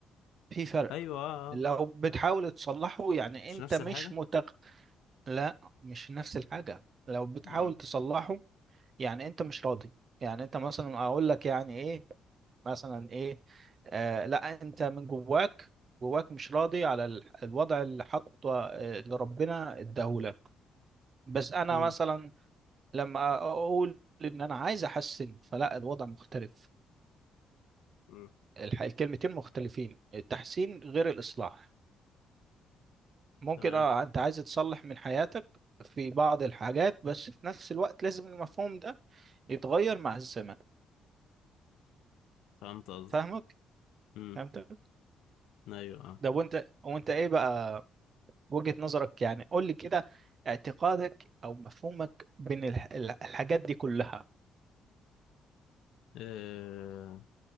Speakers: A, on the right; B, on the left.
A: في فرق
B: ايوه آه،
A: لو
B: آه.
A: بتحاول تصلحه يعني
B: مش
A: انت
B: نفس
A: مش
B: الحاجة
A: متق لا مش نفس الحاجة لو بتحاول
B: امم
A: تصلحه يعني انت مش راضي يعني انت مثلا اقول لك يعني ايه مثلا ايه آه لا انت من جواك جواك مش راضي على ال- الوضع اللي حطه آه، اللي ربنا اداهولك بس انا
B: امم
A: مثلا لما اقول ان انا عايز احسن فلا الوضع مختلف
B: أمم.
A: الح- الكلمتين مختلفين التحسين غير الإصلاح ممكن
B: تمام
A: اه انت عايز تصلح من حياتك في بعض الحاجات بس في نفس الوقت لازم المفهوم ده يتغير مع الزمن
B: فهمت قصدك
A: فاهمك
B: امم
A: فهمتك
B: ايوه آه.
A: ده وانت وانت ايه بقى وجهة نظرك يعني قول لي كده اعتقادك او مفهومك بين الح- الح- الحاجات دي كلها
B: آه،